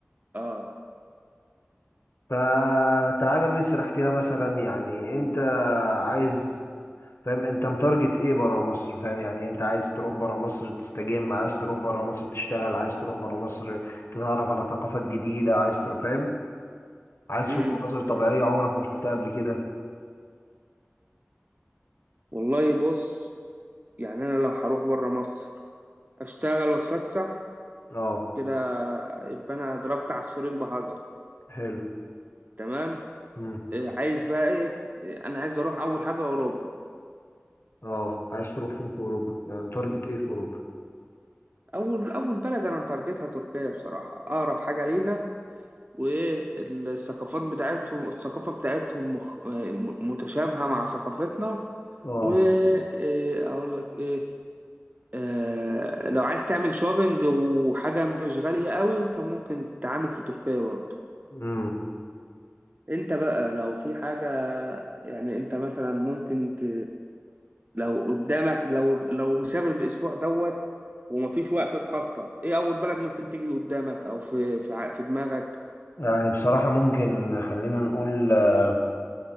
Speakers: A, on the right; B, on the left.
A: اه
B: فتعالى نسرح كده مثلا يعني انت عايز فاهم انت متارجت ايه برا مصر فاهم يعني انت عايز تروح برا مصر تستجم عايز تروح برا مصر تشتغل عايز تروح برا مصر تتعرف على ثقافات جديدة عايز تروح فاهم عايز تشوف
A: امم
B: مناظر طبيعية عمرك ما شفتها قبل كده
A: والله بص يعني انا لو هروح بره مصر اشتغل واتفسح
B: اه
A: كده يبقى انا ضربت عصفورين بحجر
B: حلو
A: تمام
B: امم
A: إيه، عايز بقى ايه إيه، انا عايز اروح اول حاجه اوروبا
B: اه عايز تروح فين في اوروبا يعني متارجت ايه في اوروبا
A: اول اول بلد انا متارجتها تركيا بصراحه اقرب حاجه لينا والثقافات بتاعتهم الثقافه بتاعتهم مخ... م- متشابهه مع ثقافتنا
B: اه
A: واقول لك ايه آه، لو عايز تعمل شوبينج وحاجه مش غاليه قوي انت ممكن تتعامل في تركيا برضه
B: امم
A: انت بقى لو في حاجة يعني انت مثلا ممكن ت... لو قدامك لو لو مسافر الاسبوع دوت ومفيش وقت تخطط ايه اول بلد ممكن تيجي قدامك او في في ع- في دماغك
B: يعني بصراحة ممكن خلينا نقول آه،